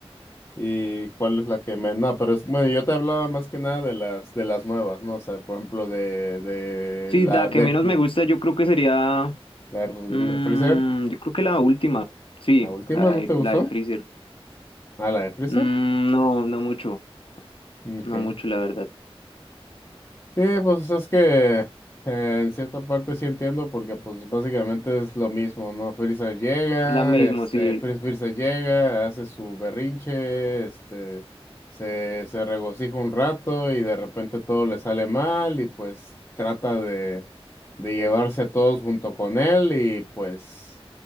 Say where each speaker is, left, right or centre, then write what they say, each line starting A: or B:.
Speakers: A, on the left; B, on the left.
A: ¿Y cuál es la que menos? No, pero es, bueno, yo te hablaba más que nada de las de las nuevas, ¿no? O sea, por ejemplo, de, de
B: Sí,
A: la
B: la
A: de,
B: que menos me gusta yo creo que sería...
A: <laughs> la de
B: mm,
A: Freezer.
B: yo creo que la última. Sí,
A: ¿La última
B: la
A: no
B: de,
A: te gustó?
B: la de Freezer.
A: Ah, la de Freezer.
B: Mm, no, no mucho.
A: Ok.
B: No mucho, la verdad.
A: Sí, pues es que eh, en cierta parte sí entiendo porque pues básicamente es lo mismo, ¿no? Frieza llega,
B: Es la misma,
A: este,
B: sí,
A: Fri- Frieza llega, hace su berrinche, este, se, se regocija un rato y de repente todo le sale mal y pues trata de, de llevarse a todos junto con él y pues...